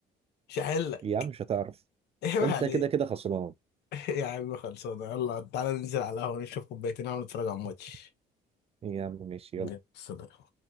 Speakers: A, on the left (about 75°); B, on the right (about 35°).
A: مش هحلك
B: يا عم مش هتعرف
A: <laughs> ايه
B: انت
A: عليك
B: كده كده خسران
A: يا عم خلصانه يلا تعالى ننزل على القهوه نشرب كوبايتين قهوة ونتفرج على الماتش
B: <laughs> يا عم ماشي يلا
A: يلا، سلام